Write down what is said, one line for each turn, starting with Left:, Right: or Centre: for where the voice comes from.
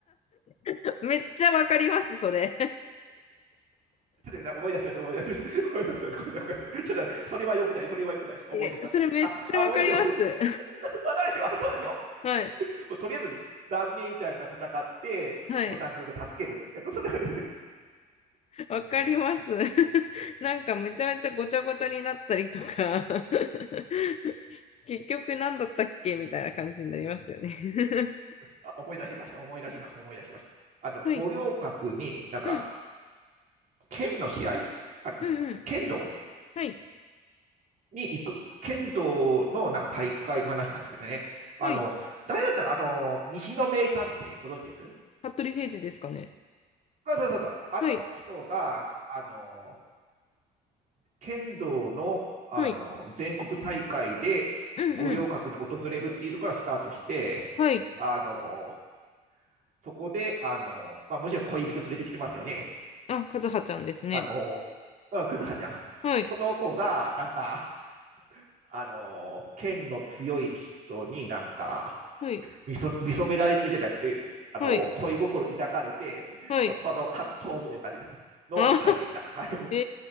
Left: <laughs> めっちゃわかります、それ。
Right: ちょっと思い出します、思い出します。思い出します。これだ、これだ。ちょっと、それは良くない、それは良くない。
Left: <laughs>
Right: ちょっと思い出します。
Left: え、それめっちゃわかります。
Right: あ、あ、思い出します。わかるでしょ、あるそうでしょ。
Left: <laughs> はい。
Right: もうとりあえず、蘭姉ちゃんが戦って、
Left: はい。
Right: コナン君が助ける。<laughs> なんかそれ <laughs>
Left: わかります。<laughs> なんかめちゃめちゃごちゃごちゃになったりとか <laughs> 結局何だったっけみたいな感じになりますよね <laughs>
Right: あ、思い出しました、思い出しました、思い出しました。あの、
Left: はい。
Right: 五稜郭に、なんか、
Left: うん。
Right: 剣の試合あの剣道
Left: うんうん。はい。
Right: に行く、剣道のなんか大会の話なんですけどね。あの、
Left: はい。
Right: 誰だったか、あの、西の名探偵、ご存知です
Left: 服部平次ですかね。
Right: そうそうそうそう。あの人が、
Left: はい。
Right: あの、剣道の、あの、
Left: はい。
Right: 全国大会で五稜郭に訪れるっていうところからスタートして、
Left: うんうん。はい。
Right: あの、そこで、あの、まあ、もちろん恋人連れてきてますよね。
Left: あ、和葉ちゃんですね。
Right: あの、クくずはちゃん。
Left: はい。
Right: その子が、なんか、あの、剣の強い人になんか、
Left: はい。
Right: 見そ見初められるじゃなくて、あの恋心抱かれて、
Left: はい。はい。
Right: その葛藤みたいな感じですよの回でした。
Left: あ、<laughs>
Right: はい、
Left: え